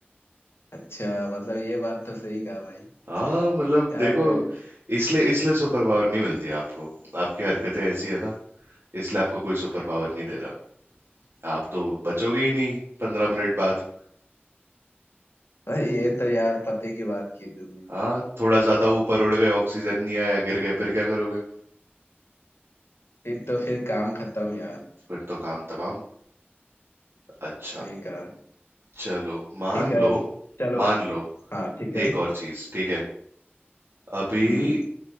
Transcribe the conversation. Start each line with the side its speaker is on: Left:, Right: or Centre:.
Left: अच्छा मतलब ये बात तो सही कहा भाई
Right: हाँ मतलब
Left: यार
Right: देखो
Left: मैं
Right: इसलिए इसलिए सुपर पावर नहीं मिलती आपको आपकी हरकतें ऐसी है ना इसलिए आपको कोई सुपर पावर नहीं दे रहा आप तो बचोगे ही नहीं पंद्रह मिनट बाद
Left: भाई ये तो यार पते की बात की तुमने
Right: हाँ थोड़ा ज्यादा ऊपर उड़ गए ऑक्सीजन नहीं आया गिर गए फिर क्या करोगे
Left: फिर तो फिर काम खत्म यार
Right: फिर तो काम तमाम अच्छा
Left: सही कहा
Right: चलो मान
Left: ठीक है
Right: लो
Left: चलो
Right: मान लो
Left: हाँ ठीक है
Right: एक और चीज ठीक है अभी
Left: हम्म